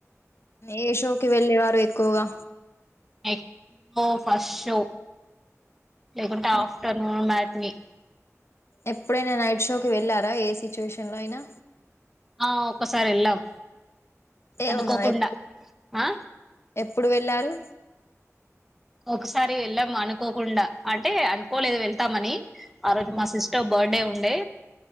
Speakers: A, on the left (about 50°); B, in the centre.
A: ఏ షోకి వెళ్ళే వారు ఎక్కువగా
B: ఎక్కువ ఫస్ట్ షో లేకుంటే
A: ఆ
B: ఆఫ్టర్నూన్ మ్యాట్ నీ
A: ఎప్పుడైనా నైట్ షోకి వెళ్ళారా ఏ సిచ్యువేషన్లో అయినా
B: ఆ ఒక్కసారి వెళ్ళాం అనుకోకుండా
A: అవునా ఎప్పు
B: ఆ
A: ఎప్పుడు వెళ్ళారు
B: ఒకసారి ఎళ్ళాం అనుకోకుండా అంటే అనుకోలేదు వెళ్తామని ఆ రోజు
A: ఉమ్
B: మా సిస్టర్ బర్డే ఉండే